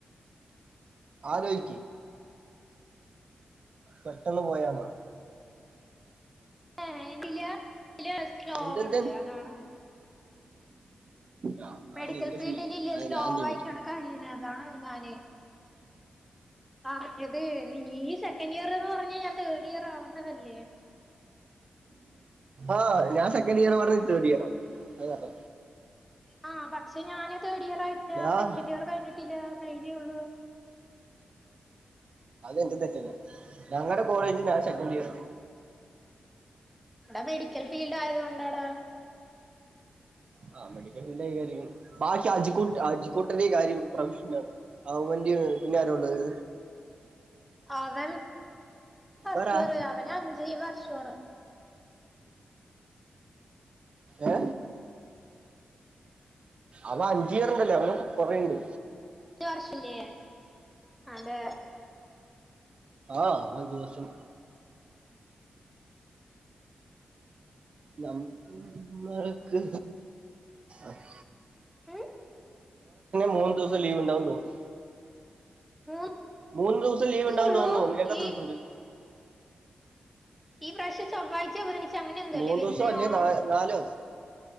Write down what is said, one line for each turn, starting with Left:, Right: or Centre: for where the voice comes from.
Right: ആലോയ്ക്കി പെട്ടെന്ന് പോയാന്നോ
Centre: ഏല് ഇ <inaudible> സ്ലോണ്
Right: എന്തെന്ത്
Centre: അതാണ്
Right: ആ, ആ
Centre: മെഡിക്കൽ
Right: നിന്റെ
Centre: ഫീൽഡില്
Right: ഫീൽഡ്
Centre: ഇല്ലേ
Right: അത്
Centre: സ്ലോ
Right: ഞാൻ എന്ത്
Centre: ആയിട്ടാണ്
Right: പറ്റും
Centre: കഴീണത് അതാണ് ഞാന് പറഞ്ഞത് നീ സെക്കൻഡ് ഇയർ എന്ന് പറഞ്ഞാ ഞാൻ തേർഡ് ഇയർ ആവണ്ടതല്ലേ
Right: ആഹ് ഞാൻ സെക്കൻഡ് ഇയർ പറഞ്ഞ നീ തേർഡ് ഇയർ അത്
Centre: ആഹ് പക്ഷെ ഞാന് തേർഡ് ഇയർ ആയിട്ടില്ല
Right: ഞാൻ
Centre: സെക്കൻഡ് ഇയർ കഴിഞ്ഞിട്ടില്ല കഴീണൊള്ളു
Right: എന്റെ തെറ്റല്ല ഞങ്ങടെ കോളേജ് ഞാൻ സെക്കന്റ് ഇയറാ
Centre: എടാ മെഡിക്കൽ ഫീൽഡ് ആയതുകൊണ്ടടാ
Right: ആ മെഡിക്കൽ ഫീൽഡന്റെ കാര്യം ബാക്കി അജിക്കുട്ട അജിക്കൂട്ടന്റെ കാര്യം പ്രൊഫഷനാണ് അവൻ്റെ പിന്നെ ആരാള്ളത്
Centre: അവൻ ഫസ്റ്റ്
Right: വേറെ
Centre: ഇയറ്
Right: ആ-
Centre: അവന് അഞ്ച് വർഷോണ്
Right: ഏ.. അവൻ അഞ്ച്ഇയർണ്ടല്ലേ അവന് കൊറേണ്ട്
Centre: ഒരു വർഷില്ലേ അതെ
Right: ആഹ് അഞ്ച് വർഷം ഞമ്മമ്മഴക്ക് ആഹ്
Centre: ഉം
Right: മൂന്നു ദിവസം ലീവ് ഉണ്ടാവുന്ന് തോന്ന്ന്
Centre: മൂന്ന്
Right: മൂന്ന് ദിവസം ലീവ് ഉണ്ടാവുന്ന്
Centre: ഉള്ളൂ
Right: തോന്നുന്നു നിനക്കത്ര
Centre: ഈ
Right: ദിവസോണ്ട്
Centre: ഈ പ്രാവശ്യം ചൊവ്വാഴ്ച്ചെ ബുധനാഴ്ച്ച അങ്ങനെ എന്തോല്ലേ
Right: മൂന്ന്
Centre: വരുന്ന
Right: ദിവസോ അല്ലേ
Centre: ഓണം
Right: നാ നാലോ